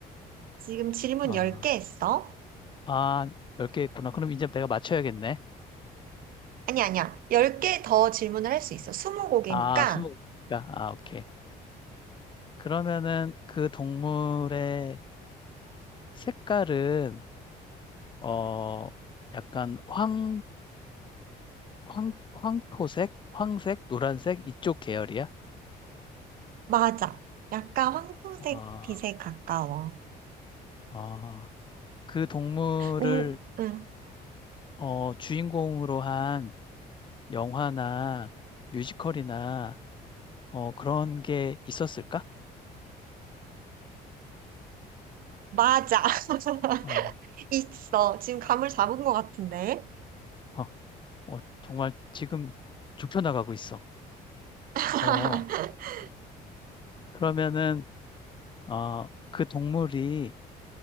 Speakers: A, on the right (about 60°); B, on the left (about 30°).
A: 지금 질문
B: 어,
A: 10개 했어?
B: 아, 열 개 있구나. 그럼 이제 내가 맞춰야겠네.
A: 아니, 아니야. 10개 더 질문을 할 수 있어. 20곡이니까.
B: 아, 스무 개니까 아, 오케이. 그러면은 그 동물의 색깔은 어, 약간 황 황, 황토색, 황색, 노란색 이쪽 계열이야?
A: 맞아. 약간 황토색
B: 아,
A: 빛에 가까워.
B: 아, 그 동물을
A: 응, 응.
B: 어, 주인공으로 한 영화나 뮤지컬이나 어, 그런 게 있었을까?
A: 맞아. <laughs>
B: 어,
A: 있어. 지금 감을 잡은 것 같은데.
B: 어, 어, 정말 지금 좁혀나가고 있어.
A: <laughs>
B: 어, 어. 그러면은 어, 그 동물이